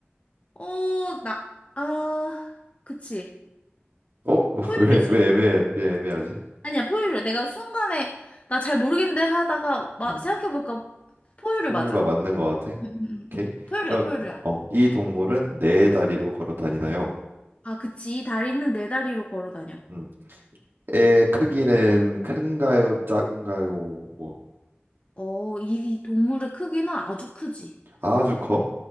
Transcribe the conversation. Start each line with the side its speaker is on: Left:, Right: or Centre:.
Left: 어, 나, 아, 그치.
Right: 어? <laughs>
Left: 포유류지.
Right: 왜, 왜 애매 왜 애매하지?
Left: 아니야, 포유류. 내가 순간에, 나 잘 모르겠는데 하다가, 막,
Right: 음,
Left: 생각해보니까, 포유류
Right: 포유류가
Left: 맞아.
Right: 맞는 것 같아.
Left: 응, 응, 응.
Right: 오케이.
Left: 응. 포유류야,
Right: 그럼
Left: 포유류야.
Right: 어, 이 동물은 네 다리로 걸어 다니나요?
Left: 아, 그치. 이 다리는 네 다리로 걸어 다녀.
Right: 음, 애 크기는 큰가요? 작은가요? 뭐
Left: 어, 이 이 동물의 크기는 아주 크지.
Right: 아주 커?